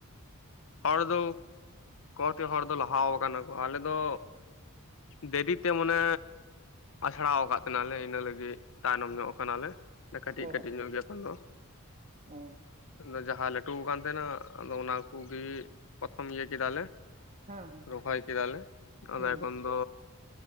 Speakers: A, on the left (about 60°); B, on the right (about 35°).
A: ᱦᱚᱲ ᱫᱚ ᱠᱚ ᱛᱮ ᱦᱚᱲ ᱫᱚ ᱞᱟᱦᱟ ᱠᱟᱱᱟ ᱠᱚ ᱟᱞᱮ ᱫᱚ ᱫᱮᱨᱤ ᱛᱮ ᱢᱟᱱᱮ ᱟᱥᱲᱟ ᱟᱠᱟᱫ ᱛᱟᱦᱮᱞᱮ ᱤᱱᱟᱹ ᱞᱟᱹᱜᱤᱫ ᱛᱟᱭᱱᱚᱢ ᱧᱚᱜ ᱠᱟᱱᱟᱞᱮ᱾ ᱠᱟᱹᱴᱤᱡ
B: ᱚ
A: ᱠᱟᱹᱴᱤᱡ ᱧᱚᱜ ᱜᱮᱭᱟ ᱮᱠᱷᱚᱱ ᱫᱚ
B: ᱚ
A: ᱟᱫᱚ ᱡᱟᱦᱟᱸ ᱞᱟᱹᱴᱩ ᱠᱟᱱ ᱛᱟᱦᱮᱸᱱᱟ ᱟᱫᱚ ᱚᱱᱟᱠᱚᱜᱮ ᱯᱨᱚᱛᱷᱚᱢ ᱤᱭᱟᱹ ᱠᱮᱫᱟᱞᱮ
B: ᱦᱮᱸ ᱦᱮᱸ
A: ᱨᱚᱦᱚᱭ ᱠᱮᱫᱟᱞᱮ ᱟᱫᱚ
B: ᱦᱩᱸ
A: ᱮᱠᱷᱚᱱ ᱫᱚ